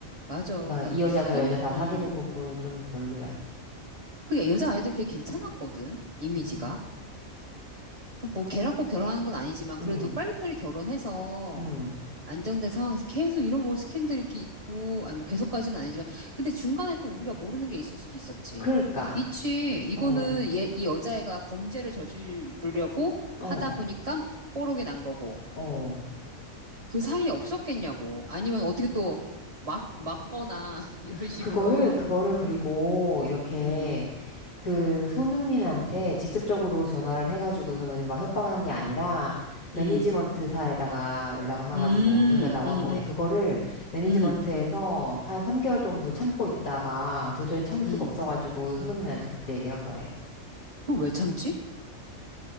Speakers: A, on the right; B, on the left.
A: 맞아
B: 막
A: 나
B: 이 여자 저
A: 아니
B: 여자 다
A: 음그
B: 사귀는 거 그건 좀 별로야.
A: 여자 아이도 꽤 괜찮았거든 이미지가
B: 음,
A: 뭐 걔랑 꼭 결혼하는 건 아니지만
B: 음,
A: 그래도 빨리빨리 결혼해서
B: 음.
A: 안정된 상황에서 계속 이런 뭐 스캔들 이렇게 있고 아니 뭐 계속까지는 아니지만 근데 중간에 또 우리가 모르는 게 있을 수도 있었지
B: 그러니까.
A: 있지 이거는
B: 어,
A: 얘 이 여자애가 범죄를 저지르려고
B: 어,
A: 하다 보니까 뽀록이 난 거고
B: 어.
A: 그 사이에 없었겠냐고. 아니면 어떻게 또 막, 막거나, <laughs> 이런 식으로.
B: 그거를, 그거를 그리고 이렇게
A: 음,
B: 그 손흥민한테 직접적으로 전화를 해가지고서는 막 협박을 한 게 아니라 매니지먼트사에다가
A: 음,
B: 연락을 해가지고
A: 음,
B: 돈 달라고
A: 음,
B: 한 거래.
A: 음,
B: 그거를 매니지먼트에서
A: 음,
B: 한 3개월 정도 참고 있다가 도저히 참을 수가
A: 음.
B: 없어가지고 손흥민한테 그때 얘기를 한 거래.
A: 그걸 왜 참지?